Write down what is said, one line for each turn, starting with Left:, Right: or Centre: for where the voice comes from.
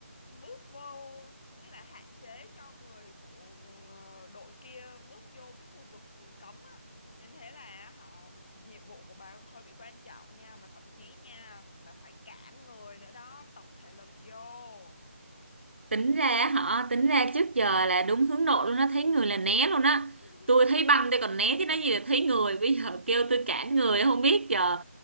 Left: bước vô nghĩa là hạn chế cho người của ờ, đội kia bước vô cái khu vực cấm á nên thế là họ nhiệm vụ của bà hơi bị quan trọng nha và thậm chí nha bà phải cản người nữa đó tập thể lực vô
Right: Tính ra họ Tính ra trước giờ là đúng hướng nội luôn á, thấy người là né luôn á.
Left: <laughs>
Right: Tôi thấy banh tôi còn né chứ nói gì là thấy người, bây giờ kêu tôi cản người không biết giờ